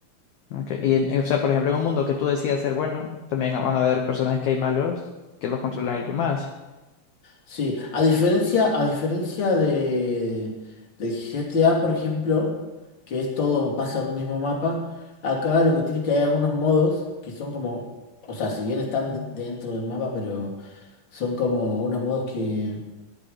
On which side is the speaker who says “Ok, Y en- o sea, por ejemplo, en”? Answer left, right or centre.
Left